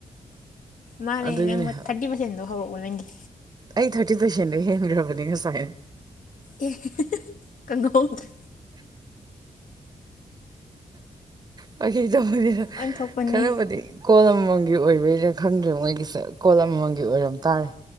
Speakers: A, on the left; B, on the right.
A: ꯃꯥꯅꯦ
B: ꯑꯗꯨꯒꯤꯅꯦ
A: ꯅꯪ
B: ꯍꯥꯏꯕ
A: ꯊꯥꯔꯇꯤ ꯄꯥꯔꯁꯦꯟꯗꯣ ꯍꯧꯔꯛꯑꯣ ꯅꯪꯒꯤ
B: ꯑꯩ ꯊꯥꯔꯇꯤ ꯄꯥꯔꯁꯦꯟꯗꯤ ꯍꯦꯟꯈ꯭ꯔꯕꯅꯤ ꯉꯁꯥꯏ
A: ꯑꯦ ꯈꯪꯍꯧꯗ꯭ꯔꯦ
B: ꯐꯥꯒꯤ ꯇꯧꯕꯅꯤꯗ
A: ꯑꯣꯟꯊꯣꯛꯄꯅꯤ
B: ꯈꯔꯕꯨꯗꯤ ꯀꯣꯜ ꯑꯝꯃꯝꯒ ꯒꯤ ꯑꯣꯏꯕꯒꯤꯔ ꯈꯪꯗ꯭ꯔꯦ ꯃꯣꯏꯒꯤꯁꯦ ꯀꯣꯜ ꯑꯃꯃꯝꯒꯤ ꯑꯣꯏꯔꯝ ꯇꯥꯔꯦ